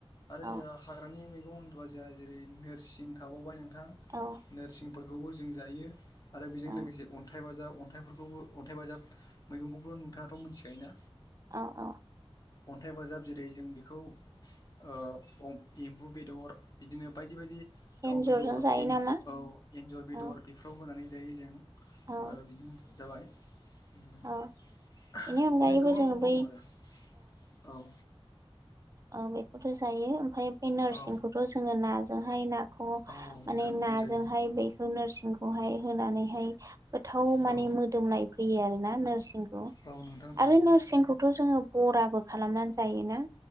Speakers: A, on the left; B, on the right.
A: आरो
B: औ
A: जोहा हाग्रानि मैगं होनबा जोहा जेरै नोरसिं थाबावबाय नोंथां
B: औ
A: नोरसिंफोरखौबो जों जायो आरो बेजों
B: औ
A: लोगोसे अन्थाइ बाजाब अन्थाइफोरखौबो अन्थाइ बाजाब मैगंखौबो नोंथाङाथ मोनथिखायोना
B: औ औ
A: अन्थाइ बाजाब जेरै जों बेखौ ओ अब एम्फु बेदर बिदिनो बायदि बायदि दाउ
B: एन्जरजों
A: बेदर
B: जायो
A: इन
B: नामा
A: औ एन्जर बेदर
B: औ
A: बेफ्राव होनानै जायो जों ओ
B: औ
A: बिदिनो जाबाय बिदिनो
B: औ बेनि अनगायैबो
A: गोबां
B: जोङो
A: दङ
B: बै
A: आरो औ
B: औ बेखौथ जायो ओमफाय बे नोरसिंखौथ
A: औ
B: जोङो नाजोंहाय ना खौ माने
A: औ नोंथां
B: नाजोंहाय
A: औ जायो
B: बेखौ नोरसिंखौहाय होनानैहाय गोथाव
A: औ
B: माने मोदोमनाय फैयो आरोना नोरसिंखौ
A: औ नोंथां औ
B: आरो नोरसिंखौथ जोङो बराबो खालामनानै जायोना